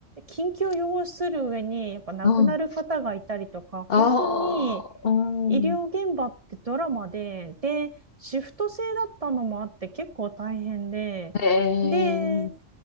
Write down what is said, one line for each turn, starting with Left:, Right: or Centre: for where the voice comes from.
Right: 緊急を要する上にやっぱ亡くなる方がいたりとか本当に
Left: うん。ああ、うん。
Right: 医療現場ってドラマで、で、シフト制だったのもあって結構大変で、
Left: へえ。
Right: で、よ